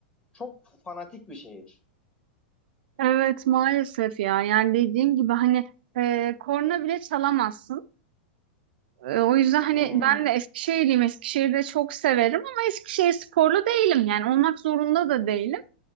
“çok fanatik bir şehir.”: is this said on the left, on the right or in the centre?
Left